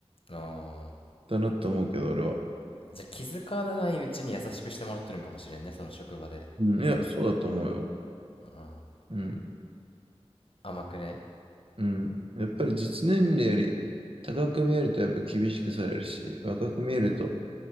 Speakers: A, on the left; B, on the right.
A: あ
B: だなと思うけど、俺は。
A: ー。じゃあ気づかないうちに優しくしてもらってるんかもしれんね、その職場で。
B: うん、
A: うん、
B: いや、そうだと思うよ。
A: うん。
B: うん、
A: 甘くね。
B: うん。やっぱり実年齢より高く見えるとやっぱ厳しくされるし、若く見えると、
A: うん、